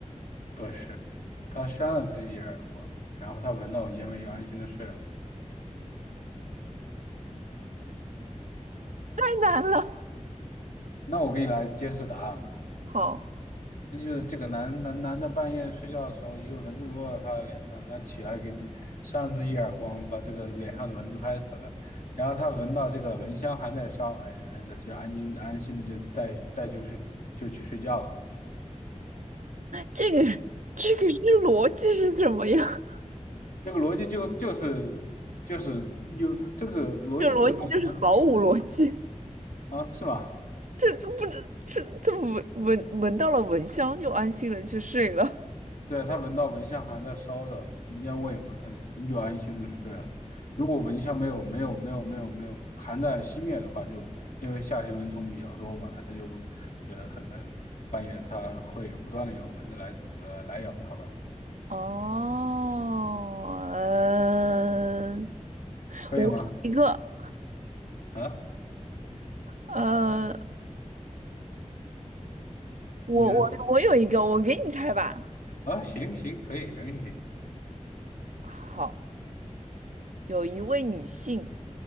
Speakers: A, on the left (about 80°); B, on the right (about 75°).
A: 不是，他扇了自己耳光，然后他闻到了烟味，又安心的睡了。
B: 太难了，
A: 那我给你来揭示答案吧，
B: 好，
A: 那就是这个男男男的半夜睡觉的时候，一个蚊子落在他的脸上，他起来给自扇了自己一耳光，把这个脸上的蚊子拍死了。然后他闻到这个蚊香还在烧，哎，那他就安静安心的就再再就是就去睡觉了。
B: 这个这个是逻辑是什么呀？
A: 这个逻辑就就是就是有这个逻辑不是蛮蛮清楚的
B: <laughs> 这逻辑就是毫无逻辑。
A: 吗？啊，是吧？
B: 这这不知这这闻闻闻到了蚊香就安心了去睡了。
A: 对，他闻到蚊香还在烧着烟味嘛，他就安心的睡了。如果蚊香没有没有没有没有没有还在熄灭的话，就因为夏天蚊虫比较多嘛，他就觉得可能半夜他会有不断的有蚊子来来来咬他吧，
B: 哦，嗯、我有一个，
A: 可以吗？啊，
B: 呃，我我我有一个，
A: 你觉得怎
B: 我给你猜吧。
A: 么啊？行行，可以，没问题。
B: 好，有一位女性，